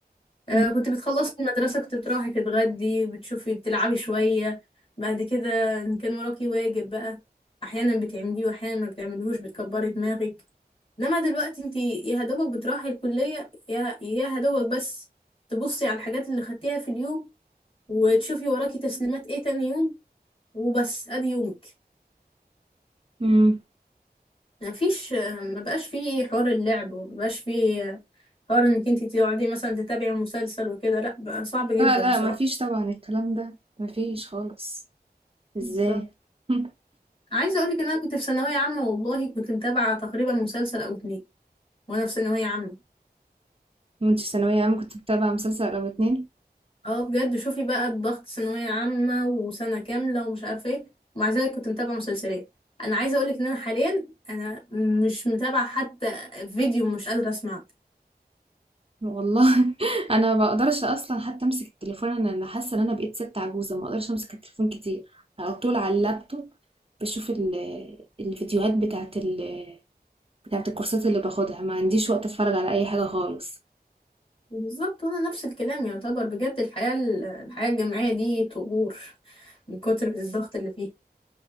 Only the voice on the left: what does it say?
آه،
كنت بتخلصي المدرسة كنت بتروحي تتغدي بتشوفي بتلعبي شوية بعد كده إن كان وراكي واجب بقى أحيانا بتعمليه وأحيانا ما بتعمليهوش بتكبري دماغك إنما دلوقتي انتي يا هدوبك بتروحي الكلية يا يا هدوبك بس تبصي على الحاجات اللي خدتيها في اليوم وتشوفي وراكي تسليمات ايه تاني يوم وبس أدي يومك
مفيش آه، مبقاش فيه حوار اللعب ومبقاش فيه آه، حوار إنك انتي تقعدي مثلا تتابعي مسلسل وكده لأ بقى صعب جدا
بصراحة
بالظبط
عايزه اقول لك ان انا كنت في ثانويه عامه والله كنت متابعه تقريبا مسلسل او اتنين وانا في ثانويه عامه
اه بجد شوفي بقى الضغط ثانويه عامه وسنه كامله ومش عارفه ايه ومع ذلك كنت متابعه مسلسلات انا عايزه اقول لك ان انا حاليا انا مش متابعه حتى فيديو مش قادره اسمعه
بالظبط وانا نفس الكلام يعتبر بجد الحياه الحياه الجامعيه دي طغور من كتر الضغط اللي فيها